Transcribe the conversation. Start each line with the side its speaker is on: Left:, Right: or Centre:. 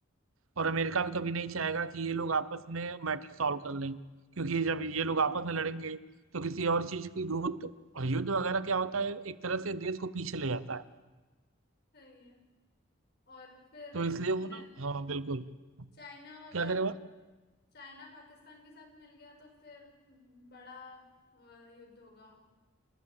Right: और अमेरिका भी कभी नहीं चाहेगा कि ये लोग आपस में मैटर सॉल्व कर लें क्योंकि ये जब ये लोग आपस में लड़ेंगे तो किसी और चीज की ग्रोथ और युद्ध वगैरह क्या होता है एक तरह से देश को पीछे ले जाता है
Left: सही है और फिर
Right: तो
Left: इसमें
Right: इसलिए वो ना हाँ बिल्कुल
Left: चाइना अगर
Right: क्या करे
Left: चाइना पाकिस्तान के साथ मिल गया तो फिर बड़ा अ, युद्ध होगा